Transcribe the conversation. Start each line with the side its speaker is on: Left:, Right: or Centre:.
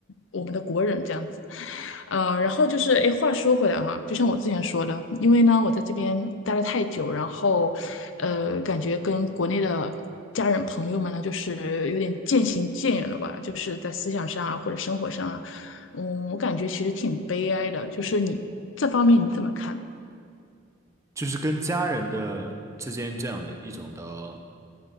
Left: 我们的国人这样子。呃，然后就是，哎，话说回来哈、就像我之前说的，因为呢，我在这边待了太久，然后，呃，感觉跟国内的家人朋友们呢，就是有点渐行渐远了吧，就是在思想上啊，或者生活上啊，嗯，我感觉其实挺悲哀的，就是你这方面你怎么看？
Right: 就是跟家人的之间这样的一种的